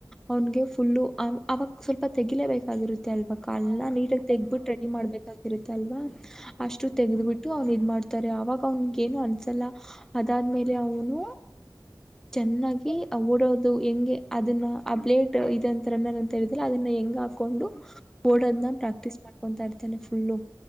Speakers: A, in the centre; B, on the right.
A: ಅವನಿಗೆ ಪುಲ್ಲು ಅವಾಗ ಸ್ವಲ್ಪ ತೆಗಿಲೇಬೇಕೇಕಾಗಿರುತ್ತೆ ಅಲ್ವಾ. ಕಾಲ್ಲೇಲ್ಲ
B: ಹೌದು
A: ನೀಟಾಗಿ ತೆಗೆದಿಟ್ಟು
B: ಹ
A: ರೆಡಿ ಮಾಡ್ಬೇಕ್ ಆಗಿತ್ತ್ ಇರುತ್ತಲ್ವಾ ಅಷ್ಟು
B: ಹ
A: ತೆಗೆದು ಬಿಟ್ಟು ಅವನ್ ಇದ್ ಮಾಡ್ತಾರೆ ಅವಾಗ ಅವ್ನಿಗೇನು ಅನ್ಸಲ್ಲ. ಅದಾದ್ಮೇಲೆ
B: ಹ್ಮ್
A: ಅವನು ಚೆನ್ನಾಗಿ ಓಡೋದು ಹೆಂಗೆ ಅದನ್ನ ಆ ಬ್ಲೇಟ್ ಇದ್ ಅಂತರನ್ನ ಅಂತ ತೆಗೆದ್ರೆ ಅದನ್ನ ಹೆಂಗ್ ಹಾಕೊಂಡು ಓಡೋದನ್ನ
B: ಹ
A: ಪ್ರಾಕ್ಟೀಸ್ ಮಾಡ್ಕೊತ್ತರತ್ತಾನೆ ಪುಲ್ಲು